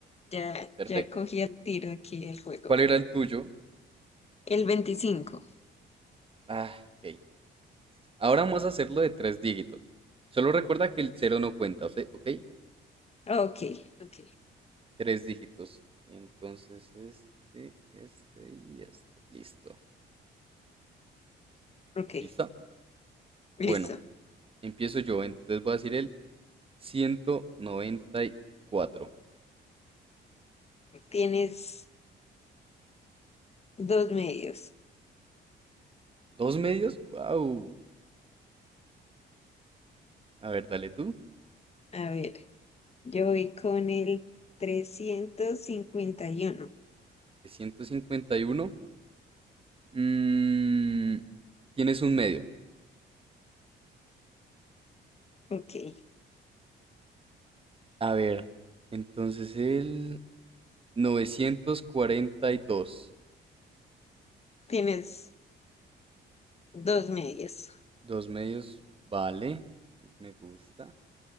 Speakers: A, on the left; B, on the right.
A: ya,
B: Perfecto.
A: ya cogí el tiro aquí el juego.
B: ¿Cuál era el tuyo?
A: El veinticinco.
B: Ah, ok. Listo. Ahora vamos a hacerlo de tres dígitos. Solo recuerda que el cero no cuenta, o sea, ¿ok?
A: Ok, ok,
B: tres dígitos. Entonces, este, este y este. Listo.
A: ok.
B: ¿Listo? Bueno,
A: Listo.
B: empiezo yo. Entonces voy a decir el ciento noventa y cuatro
A: Tienes dos medios.
B: ¿Dos medios? ¡Wow! A ver, dale tú.
A: A ver, yo voy con el trescientos cincuenta y uno.
B: 351. Mm, tienes un medio.
A: Ok.
B: A ver, entonces el novecientos cuarenta y Dos
A: Tienes dos medios.
B: dos medios, vale. Me gusta.